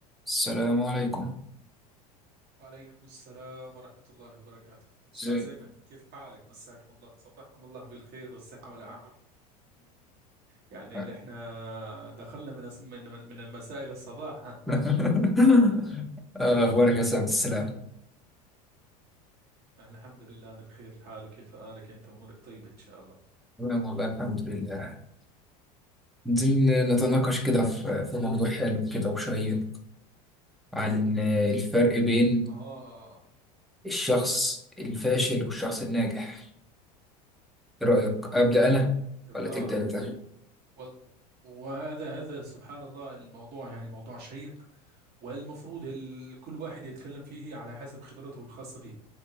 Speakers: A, in the centre; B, on the right (about 50°).
A: السلام عليكم
B: وعليكم السلام ورحمة الله وبركاته
A: ازيك
B: أستاذ أيمن كيف حالك مساكم الله صبحكم الله بالخير والصحة والعافية يعني
A: آه.
B: اللي احنا دخلنا من أص- من من من المساء إلى الصباح <laughs>
A: <laughs> آه، اخبارك يا سعد السلام
B: الحمد لله أنا بخير الحال وكيف حالك أنت أمورك طيبة إن شاء الله
A: تمام والله الحمد لله عايزين نتناقش كده في في موضوع حلو كده وشيق عن آه، الفرق بين
B: آه
A: الشخص الفاشل والشخص الناجح ايه رأيك أبدأ أنا
B: تمام
A: ولا تبدأ أنت؟
B: وال- وهذا هذا سبحان الله الموضوع يعني موضوع شيق والمفروض ال- كل واحد يتكلم فيه على حسب خبرته الخاصة به